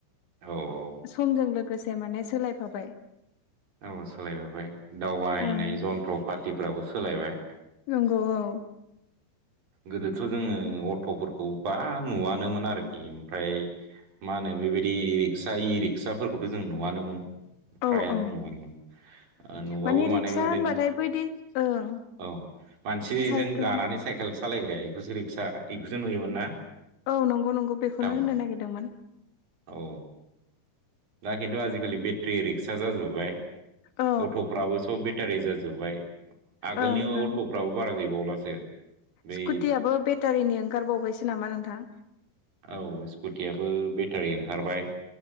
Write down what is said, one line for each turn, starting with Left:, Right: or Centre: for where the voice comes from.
Right: औ
Left: समजों लोगोसे माने सोलायफाबाय
Right: औ सोलायबोबाय दावबायनाय
Left: ओं
Right: जन्थ्र पाथिफ्राबो सोलायबाय
Left: नंगौ औ
Right: गोदोथ' जोङो अट'फोरखौ बा नुवानोमोन आरोखि ओमफ्राय मा होनो बेबायदि रिक्सा इ रिक्साफोरखौथ' जों नुवानोमोन फ्रायानो
Left: औ औ
Right: <unintelligible> नुबाबो
Left: माने रिक्सा
Right: बेबायदिनो
Left: होनबाथाय बैदि ओं
Right: औ मानसिजों
Left: साइकेल
Right: गानानै साइकेल सालायग्राया बेखौसो रिक्सा बेखौसो नुयोमोन ना?
Left: औ नंगौ नंगौ बेखौनो
Right: टाउन
Left: होननो नागिरदोंमोन
Right: औ दा खिन्थु आजिखालि बेट्रि रिक्सा जाजोब्बाय
Left: औ
Right: अट'फ्राबो सब बेटारि जाजोब्बाय आगोलनि
Left: ओं
Right: अट'
Left: ओं
Right: फोराबो बारा गैबावलासो बै
Left: स्कुटियाबो बेटारिनि ओंखारबावबायसो नामा नोंथां?
Right: औ स्कुटियाबो बेटारि ओंखारबाय